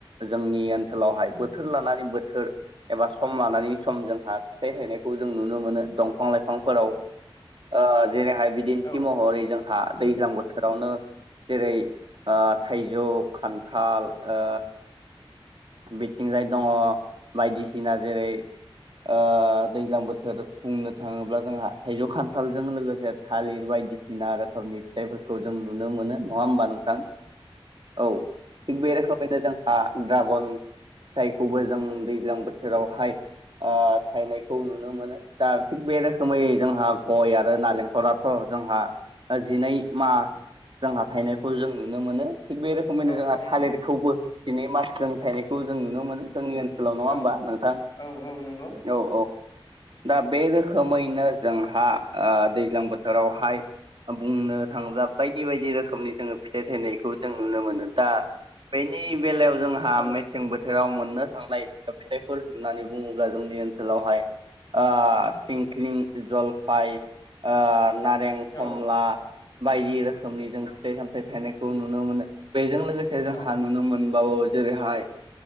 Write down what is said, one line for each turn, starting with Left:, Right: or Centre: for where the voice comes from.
Right: जोंनि ओनसोलावहाय बोथोर लानानै बोथोर एबा सम लानानै सम जोंहा फिथाइ थायनायखौ जों नुनो मोनो दं बिफां लाइफांफोराव ओ जेरैहाय बिदिन्थि
Left: औ
Right: महरै जों हा दैज्लां बोथोरावनो जेरै ओ थाइजौ खान्थाल ओ बिथिंजाय दङ बायदिसिना जेरै ओ दैज्लां बोथोर बुंनो थाङोब्ला जोंहा थाइजौ खान्थालजों लोगोसे थालिर बायदि बायदिसिना रोखोमनि फिथाइफोरखौ जों नुनो मोनो नङा होमबा नोंथां? औ थिग बे रोखोमैनो जोंहा ड्रागन फिथाइखौबो जों दैज्लां बोथोरावहाय ओ थायनायखौ नुनो मोनो दा थिग बे रोखोमै
Left: औ
Right: जोंहा गय आरो नालेंखराथ' जोंहा जिनै मास जोंहा थायनायखौ जों नुनो मोनो थिग बे रोखोमैनो
Left: औ
Right: जोंहा
Left: थारैनो
Right: थालिरखौबो दिनै मान थायनायखौ
Left: औ
Right: जों नुनो मोनो जोंनि ओनसोलाव नङा
Left: औ
Right: होमबा नोंथां?
Left: औ औ नंगौ
Right: औ औ दा बे रोखोमैनो जोंहा ओ दैज्लां बोथोरावहाय बुंनो थाङोब्ला बायदि बायदि रोखोमनि जोङो फिथाइ थाइनायखौ जों नुनो मोनो दा। बेनि बेलायाव जोंहा
Left: औ
Right: मेसें बोथोराव मोननो। थांनाय फिथाइफोर होननानै बुङोब्ला जोंनि ओनसोलावहाय ओ‌ थिंख्लिं, जलफाइ, नारें
Left: औ
Right: खमला बायदि रोखोमनि जों फिथाइ सामथायाइ थायनायखौ नुनो मोनो बेजों लोगोसे जोंहा
Left: औ
Right: नुनो मोन बावो जेरैहाय